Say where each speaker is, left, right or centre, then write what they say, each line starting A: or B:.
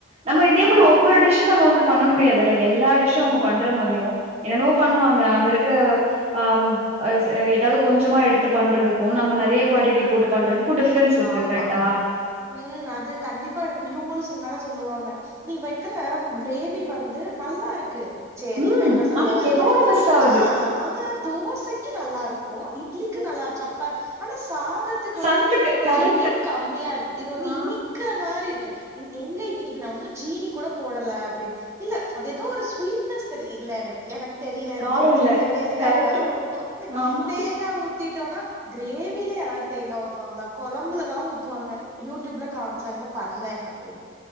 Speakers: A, on the right (about 35°); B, on the right (about 15°).
A: நம்ம இதே
B: ஆ
A: மாரி ஒவ்வொரு டிஷ் நம்ம வந்து பண்ண முடியாதுல்ல எல்லா டிஷு அவுங்க பண்ற மாரியு என்னன்னோ பண்வாங்க அங்க இருக்கிற அ ம் அ எதாவது கொஞ்சமா எடுத்து பண்றதுக்கு நம்ம நெறையா க்வாண்டிட்டி போட்டு பண்றதுக் கு டிஃப்ரென்ஸ் இருக்கு
B: ஆமா
A: கரெக்டா
B: ம் அது கண்டிப்பா இருக்கு இவ்ங்களு சில் நேரோ சொல்லுவாங்க நீ வக்கற க்ரேவி வந்து நல்லா இருக்கு சேரி
A: ம்
B: இப்ப என்ன சொல்ல
A: ஆனா
B: வரீங்க
A: ஏதோ ஒன்னு மிஸ் ஆவுது
B: ஆ ஆனா தோசைக்கி நல்லாருக்கு இட்லிக்கு
A: ம்.
B: நல்லா இரு சப்பாத் ஆனா சாதத் துக்கு
A: சதத்துக்கு
B: வந்து கொஞ்சோ
A: கரெக்ட்
B: இனிப்பு கம்மியா இருக்கு இது வந்து
A: ஆ
B: இனி க்கிற மாரி இருக்கு இந் எங்க இன்னிக்கு இது நா உன்னு ஜீனி கூட போடல அப்படினு இல்ல அது எதோ ஒரு ஸ்வீட்னஸ் தெரி இல்ல எனக்கு எனக்கு தெரியில எனக்கு
A: காரம்
B: இவ்
A: இல்ல
B: இந்த க்ரேவி
A: கரெக்ட்
B: தா வரு
A: ஆமா
B: தேங்கா ஊ ஊத்திட்டோனா க்ரேவில யாராத் தேங்கா ஊத்துவாங்களா கொழம்புலதா ஊத்துவாங்க யூடியூப்ல காம்ச்சாங்க பண்ணே அப்டினு